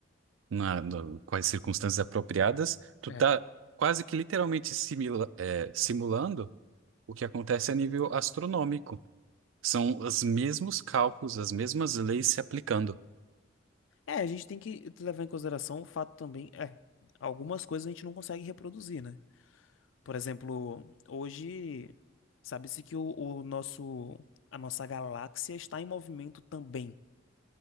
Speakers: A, on the right; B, on the left.
A: na, no- com as circunstâncias apropriadas, tu
B: É.
A: tá quase que literalmente simila- é, simulando o que acontece a nível astronômico. São os mesmos cálculos, as mesmas leis se aplicando.
B: É, a gente tem que levar em consideração o fato também, é, algumas coisas a gente não consegue reproduzir, né? Por exemplo, hoje sabe-se que o, o nosso a nossa galáxia está em movimento também.